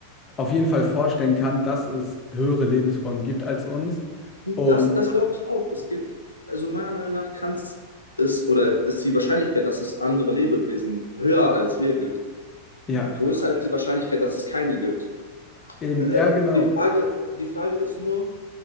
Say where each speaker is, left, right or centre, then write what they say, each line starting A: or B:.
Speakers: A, on the left; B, on the left.
A: auf jeden Fall vorstellen kann, dass es höhere Lebensformen gibt als uns.
B: Das,
A: Und
B: das glaube ich auch. Es gibt, also meiner Meinung nach kann es oder ist die Wahrscheinlichkeit, dass es andere Lebewesen höher als wir gibt,
A: ja,
B: größer als die Wahrscheinlichkeit, dass es keine gibt.
A: eben,
B: Äh,
A: ja, genau.
B: die Frage, die Frage ist nur,